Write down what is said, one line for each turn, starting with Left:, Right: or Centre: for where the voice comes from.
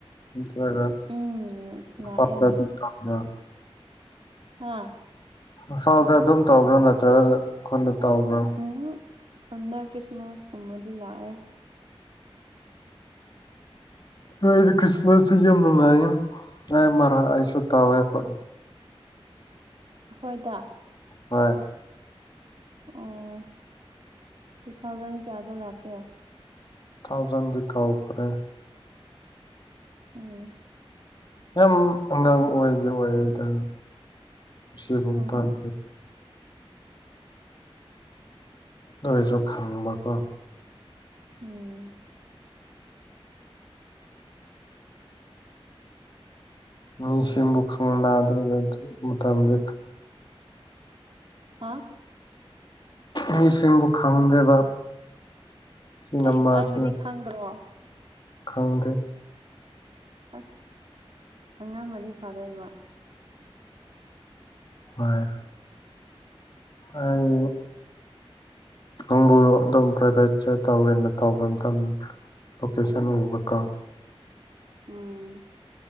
Left: ꯅꯠꯇ꯭ꯔꯒ
Right: ꯎꯝ
Left: <unintelligible>
Right: ꯂꯥꯛꯑꯦ ꯍꯥꯥ
Left: ꯏꯝꯐꯥꯜꯗ ꯑꯗꯨꯝ ꯇꯧꯕ꯭ꯔꯥ ꯅꯠꯇ꯭ꯔꯒ ꯈꯨꯟꯗ ꯇꯧꯕ꯭ꯔꯥ?
Right: ꯎꯝ ꯈꯨꯟꯗ ꯈ꯭ꯔꯤꯁꯃꯥꯁ ꯀꯨꯝꯕꯗꯤ ꯂꯥꯛꯑꯦ
Left: ꯑꯩꯗꯤ ꯈ꯭ꯔꯤꯁꯃꯁꯁꯦ ꯌꯝ ꯅꯨꯉꯥꯏꯌꯦ ꯑꯩ ꯃꯔ ꯑꯩꯁꯨ ꯇꯋꯦꯕ
Right: ꯑꯈꯣꯏꯗ
Left: ꯍꯣꯏ
Right: ꯑꯣ ꯇꯨ ꯊꯥꯎꯖꯟ ꯀꯌꯥꯗ ꯂꯥꯛꯀꯦ
Left: ꯊꯥꯎꯖꯟꯗꯤ ꯀꯥꯎꯈ꯭ꯔꯦ
Right: ꯎꯝ
Left: ꯌꯥꯝ ꯑꯉꯥꯡ ꯑꯣꯏꯗꯤ ꯑꯣꯏꯌꯦꯗ ꯁꯤꯕꯨ ꯃꯇꯥꯡꯗ
Right: ꯑꯣ
Left: ꯅꯣꯏꯁꯨ ꯈꯪꯕꯀꯣ
Right: ꯎꯝ
Left: ꯃꯤ ꯁꯤꯡꯕꯨ ꯈꯪꯅꯥꯗ꯭ꯔꯒꯗꯤ ꯃꯇꯝꯗ
Right: ꯍꯥꯥ
Left: ꯃꯤꯁꯤꯡꯕꯨ ꯈꯪꯗꯦꯕ ꯁꯤꯅ
Right: ꯑꯩ
Left: ꯃꯥꯁꯤꯅ
Right: ꯑꯩꯕꯨꯗꯤ ꯈꯪꯗ꯭ꯔꯣ
Left: ꯈꯪꯗꯦ
Right: ꯑꯁ ꯈꯪꯉꯝꯃꯗꯤ ꯐꯗꯣꯏꯕ
Left: ꯍꯣꯏ ꯑꯩ ꯅꯪꯕꯨ ꯑꯗꯨꯝ ꯄ꯭ꯔꯥꯏꯚꯦꯠꯁꯦ ꯇꯧꯋꯦꯅ ꯇꯧꯕ ꯃꯇꯝ ꯂꯣꯀꯦꯁꯟ ꯎꯕꯀꯣ
Right: ꯎꯝ